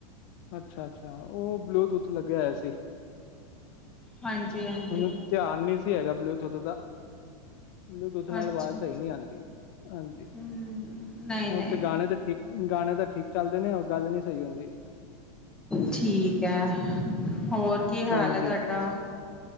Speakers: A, on the left; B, in the centre.
A: ਅੱਛਾ-ਅੱਛਾ ਉਹ ਬਲੂਟੂਥ ਲੱਗਿਆ ਹੋਇਆ ਸੀ।
B: ਹਾਂਜੀ-ਹਾਂਜੀ।
A: ਮੈਨੂੰ ਧਿਆਨ ਨੀ ਸੀ ਹੈਗਾ ਬਲੂਟੂਥ ਦਾ, ਬਲੂਟੂਥ ਨਾਲ
B: ਅੱਛਾ
A: ਆਵਾਜ਼ ਸਹੀ ਨੀ ਆਂਦੀ। ਹਾਂਜੀ,
B: ਹਮ ਨਹੀਂ
A: ਹੁਣ
B: ਨਹੀਂ
A: ਤੇ ਗਾਣੇ ਤਾਂ ਠੀਕ ਗਾਣੇ ਤਾਂ ਠੀਕ ਚੱਲਦੇ ਨੇ ਉਹ ਗੱਲ ਨੀ ਸਹੀ ਹੁੰਦੀ।
B: ਠੀਕ ਐ, ਹੋਰ। ਕੀ ਹਾਲ
A: ਹਾਂਜੀ,
B: ਹੈ ਤੁਹਾਡਾ